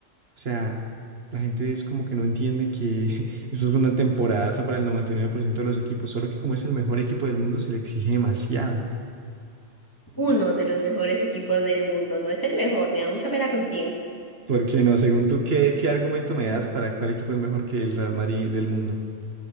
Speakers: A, on the right; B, on the left.
A: O sea, la gente es como que no entiende que <laughs> eso es una temporadaza para el 99% de los equipos, solo que como es el mejor equipo del mundo se le exige demasiado.
B: Uno de los mejores equipos del mundo, no es el mejor, me da mucha pena contigo.
A: Porque no, según tú, ¿qué, qué argumento me das para cuál equipo es mejor que el Real Madrid del mundo?